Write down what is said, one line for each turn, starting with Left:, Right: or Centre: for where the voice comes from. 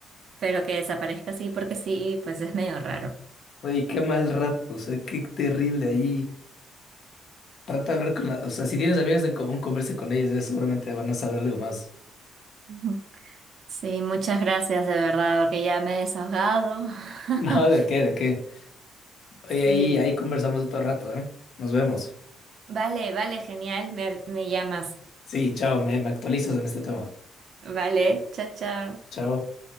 Right: pero que desaparezca así porque sí, pues es medio raro.
Left: Oye, qué mal rato, o sea, qué terrible ahí. Trata de hablar con la, o sea, si tienes amigos en común, converse con ellos, ellos seguramente van a saber algo más. <laughs>
Right: Ujú. Sí, muchas gracias de verdad, porque ya me he desahogado. <laughs>
Left: No, ¿de qué? ¿De qué? Oye,
Right: Sí.
Left: ahí, ahí conversamos otro rato, ¿eh? Nos vemos.
Right: Vale, vale, genial, me, me llamas.
Left: Sí, chao, me, me actualizas en este tema.
Right: Vale, chao, chao.
Left: Chao.